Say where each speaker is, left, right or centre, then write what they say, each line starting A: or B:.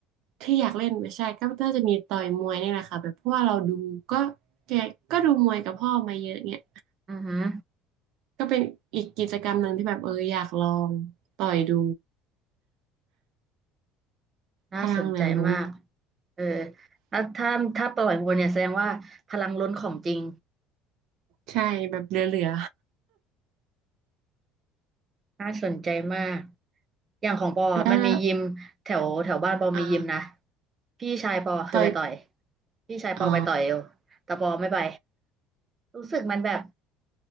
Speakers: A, on the right; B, on the right.
A: ที่อยากเล่นไม่ใช่ก็น่าจะมีต่อยมวยนี่แหละค่ะแบบเพราะว่าเราดูก็แกก็ดูมวยกับพ่อมาเยอะเนี่ย
B: อือหือ
A: ก็เป็นอีกกิจกรรมหนึ่งที่แบบเอออยากลองต่อยดู
B: น่าสนใจมาก
A: พลังเหลือล้น
B: เออถ้าถ้าถ้าปล่อยวัวเนี่ยแสดงว่าพลังล้นของจริง
A: ใช่แบบเหลือ
B: น่าสนใจมากอย่างของปอมันมียิมแถวแถวบ้านปอมียิมนะ
A: ๆแล้วแล้วอ่า
B: พี่ชายปอเคยไปต่อย
A: ต่อย
B: พี่ชายปอไปต่อยเอวแต่ปอไม่ไป
A: อ๋อ
B: รู้สึกมันแบบ